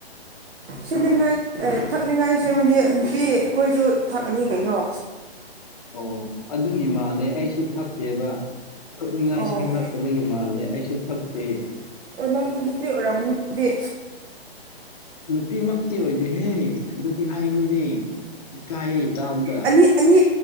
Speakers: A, on the right; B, on the left.
A: ꯁꯅꯤꯡꯉꯥꯏ ꯊꯛꯅꯤꯡꯉꯥꯏ ꯁꯦꯝꯃꯗꯤ ꯅꯨꯄꯤ ꯑꯩꯈꯣꯏꯁꯨ ꯊꯛꯑꯅꯤ ꯀꯩꯅꯣ
B: ꯑꯣ ꯑꯗꯨꯒꯤ ꯃꯥꯜꯂꯦ ꯑꯩꯁꯨ ꯊꯛꯇꯦꯕ ꯊꯛꯅꯤꯡꯉꯥꯏ
A: ꯑꯣ
B: ꯁꯦꯝꯂꯛꯇꯕꯒꯤ ꯃꯥꯜꯂꯦ ꯑꯩꯁꯨ ꯊꯛꯇꯦ
A: ꯅꯪ ꯅꯨꯄꯤ ꯑꯣꯏꯔꯝꯒꯅꯤꯗꯤ
B: ꯅꯨꯄꯤꯃꯛꯇꯤ ꯑꯣꯏꯗꯦꯍꯦ ꯑꯗꯨꯗꯤ ꯍꯥꯏꯅꯨꯍꯦ ꯏꯀꯥꯏꯌꯦ ꯇꯥꯕꯗ
A: ꯑꯅꯤ ꯑꯅꯤ